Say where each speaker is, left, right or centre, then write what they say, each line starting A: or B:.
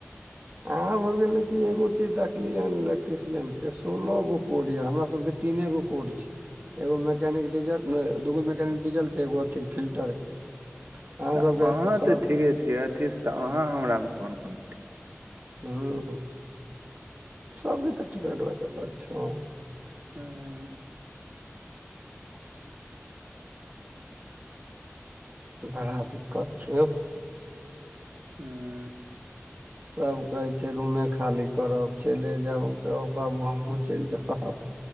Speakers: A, on the right; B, on the right.
A: अहाँ सब के लेकिन एगो चीज देखलिय हन इलेक्ट्रिशियन के सोलह गो कोड ऐ हमरा सब के तीने गो कोड छै एगो मैकेनिक डीजल नै दूगो मैकेनिक डीजल के एगो अथि फिल्टर के अहाँ
B: तऽ
A: सबके
B: अहाँ
A: सबके
B: तऽ ठीके छियै अथी से तऽ अहाँ हमरा मे कोन कम्पटीसन
A: हूँ हूँ सबके तऽ ठीक लागै छै
B: हूँ
A: बड़ा दिक्कत छै यो
B: हूँ
A: सब कहै छै रूमे खाली करब चैले जाएब हम कहलियै हौ बाबू हमहुँ चलि जाएब